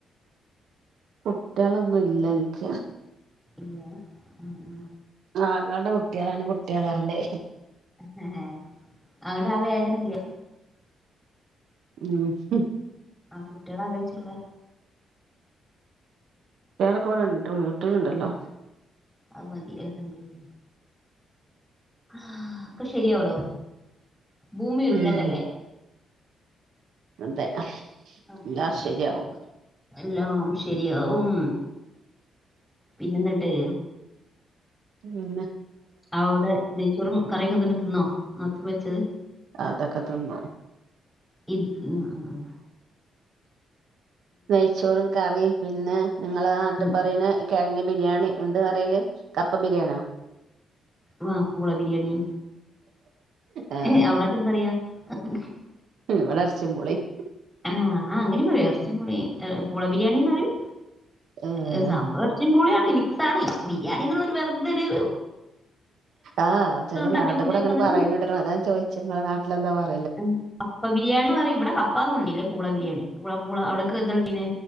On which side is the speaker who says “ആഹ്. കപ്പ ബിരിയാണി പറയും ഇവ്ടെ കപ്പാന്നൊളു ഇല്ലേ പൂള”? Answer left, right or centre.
Centre